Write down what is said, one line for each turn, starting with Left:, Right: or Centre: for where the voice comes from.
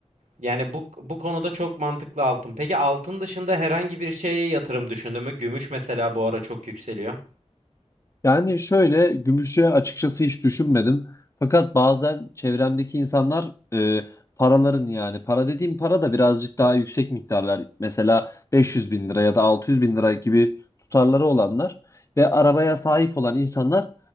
Right: Yani bu bu konuda çok mantıklı altın. Peki altın dışında herhangi bir şeye yatırım düşündün mü? Gümüş mesela bu ara çok yükseliyor.
Left: Yani şöyle gümüşe açıkçası hiç düşünmedim. Fakat bazen çevremdeki insanlar e, paraların yani para dediğim para da birazcık daha yüksek miktarlar. Mesela 500 bin lira ya da 600 bin lira gibi tutarları olanlar ve arabaya sahip olan insanlar